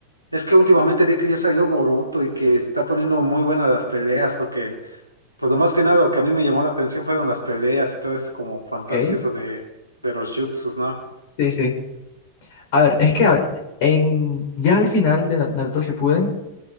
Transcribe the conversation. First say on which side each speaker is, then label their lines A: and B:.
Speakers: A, on the left (about 80°); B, on the left (about 50°).
A: Es que últimamente vi que ya salió Boruto y que se está poniendo muy buenas las peleas, porque, pues lo más que nada, lo que a mí me llamó la atención fueron las peleas y todo esto como fantasioso
B: Ok,
A: de, de los jutsus, ¿no?
B: sí, sí. A ver, es que, a ver, en, ya al final de Na- Naruto Shippuden